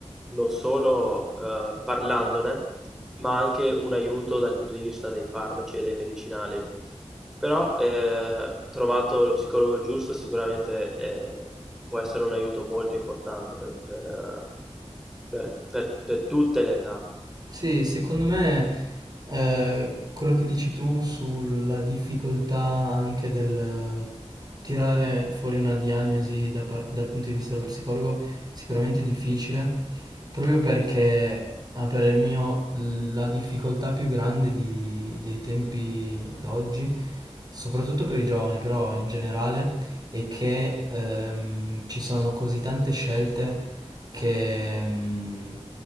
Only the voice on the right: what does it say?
Sì, secondo me Eh, quello che dici tu sulla difficoltà anche del eh, tirare fuori una diagnosi da par- dal punto di vista dello psicologo sicuramente difficile, proprio perché a parer mio la difficoltà più grande di- dei tempi d'oggi, soprattutto per i giovani, però in generale, è che ehm, ci sono così tante scelte che mm,